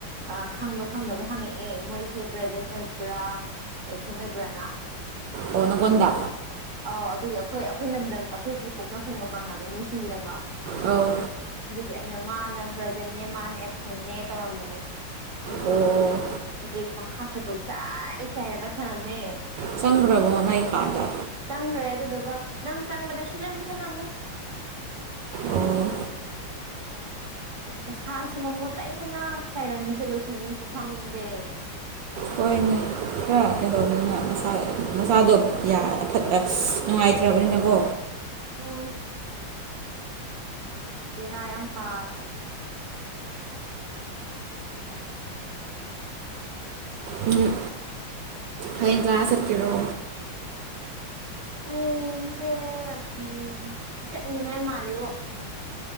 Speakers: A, on the right; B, on the right.
A: ꯑ ꯈꯪꯕ ꯈꯪꯗꯕ ꯍꯪꯉꯛꯑꯦ ꯃꯣꯏꯁꯦ ꯄ꯭ꯔꯖꯦꯟ ꯑꯣꯏꯕ꯭ꯔꯥ ꯑꯦꯞꯁꯦꯟ ꯑꯣꯏꯕ꯭ꯔꯅ
B: ꯑꯣ ꯅꯒꯣꯟꯗ
A: ꯑꯥꯎ ꯑꯗꯨꯗꯤ ꯑꯩꯈꯣꯏ ꯑꯩꯈꯣꯏ ꯂꯝꯗꯝꯗ ꯑꯩꯈꯣꯏꯒꯤ ꯄꯣꯛꯅꯐꯝꯒ ꯃꯥꯟꯅꯕ ꯃꯤꯁꯤꯡ ꯏꯔꯝꯕ
B: ꯑꯧ
A: ꯑꯗꯨꯒꯤ ꯑꯩꯅ ꯃꯥꯅ ꯄꯕ꯭ꯔꯖꯦꯟꯅꯦ ꯃꯥꯅ ꯑꯦꯞꯁꯦꯟꯅꯦ ꯇꯧꯔꯝꯕꯅꯦ ꯑꯗꯨꯒꯤ
B: ꯑꯣ
A: ꯍꯧꯖꯤꯛ ꯃꯈꯥꯁꯦ ꯀꯣꯏ ꯆꯥꯏ ꯆꯥꯏꯔꯒ ꯊꯥꯅꯝꯃꯦ
B: ꯆꯪꯒ꯭ꯔꯕꯣ ꯃꯥꯏ ꯀꯥꯗ
A: ꯆꯪꯈ꯭ꯔꯦ ꯑꯗꯨꯗꯨꯒ ꯅꯪ ꯆꯪꯕꯗ ꯁꯤꯜꯂꯣꯏ ꯄꯨꯁꯟꯂꯝꯃꯨ
B: ꯑꯣ
A: ꯃꯁꯥꯁꯨ ꯃꯃꯣꯟꯠꯇꯩꯕꯅ ꯆꯥꯏꯔꯝꯃꯤꯁꯦ ꯂꯣꯏꯁꯟꯅꯦꯁꯨ ꯈꯪꯗꯦ
B: ꯍꯣꯏꯅꯦ ꯈꯔ ꯀꯩꯗꯧꯕꯅꯣ ꯃꯁꯥ ꯃꯁꯥꯗꯣ ꯌꯥ ꯐꯠ ꯅꯨꯡꯉꯥꯏꯇ꯭ꯔꯕꯅꯤꯅꯀꯣ
A: ꯑꯣ ꯕꯦꯔꯥ ꯌꯥꯝ ꯇꯥꯔꯦ
B: ꯎꯝ ꯍꯌꯦꯡ ꯀꯂꯥꯁ ꯆꯠꯀꯦꯔꯣ
A: ꯍꯌꯦꯡꯁꯦ ꯎꯝ ꯆꯠꯅꯤꯡꯉꯥꯏ ꯃꯥꯂꯦꯕꯣ